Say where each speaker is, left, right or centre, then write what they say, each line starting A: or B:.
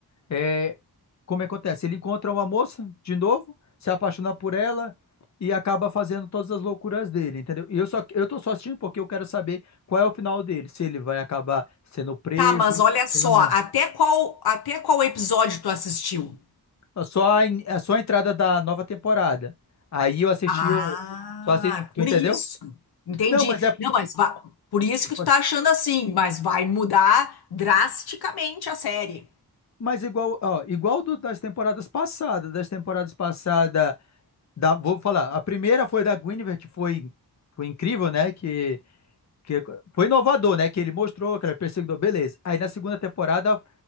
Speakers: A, on the left (about 45°); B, on the left (about 80°).
A: É, como é que acontece? Ele encontra uma moça de novo, se apaixona por ela e acaba fazendo todas as loucuras dele, entendeu? E eu só eu tô só assistindo porque eu quero saber qual é o final dele, se ele vai acabar sendo preso,
B: Tá, mas olha só,
A: se ele vai morrer.
B: até qual, até qual episódio tu assistiu?
A: É Só a, in- é só a entrada da nova temporada. Aí eu assisti
B: Ah,
A: o só assisti, tu
B: por
A: entendeu?
B: isso. Entendi.
A: Não, mas é,
B: Não, mas va- por isso que tu
A: Ótimo.
B: tá achando assim, mas vai mudar drasticamente a série.
A: Mas igual, ó, igual do- das temporadas passadas, das temporadas passadas, da- vou falar, a primeira foi da Guinevere, que foi, foi incrível, né? Que, que foi inovador, né? Que ele mostrou que ele é perseguidor, beleza. Aí na segunda temporada